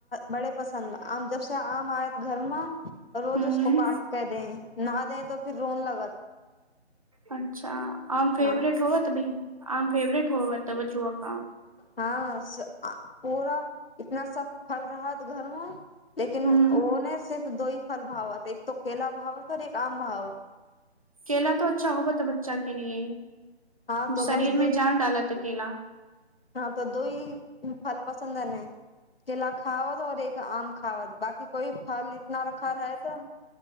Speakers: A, on the left; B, on the right.
A: बड़े पसंन्द आम जब से आम आयव घर मे रोज
B: हम्म
A: उसको काट के दें ना दे तो फिर रोन लगत
B: अच्छा आम फेवरेट
A: हँ
B: होवत आम फेवरेट होवत बच्चुवा का
A: हाँ स आ पूरा इतना स फल रहत घर मे लेकिन
B: हम्म
A: ओ ने सिर्फ दो ही फल भावत एक तो केला भावत और एक आम भाव
B: केेला त अच्छा होबत बच्चा के लिए,
A: हँ तो
B: शरीर
A: बस
B: में जान डालत केेला।
A: हँ तऽ दो ही फल पसन्द एलैं। केला खावत और एक आम खावत, बाकी कोइ फल इतना रखा रहाै तऽ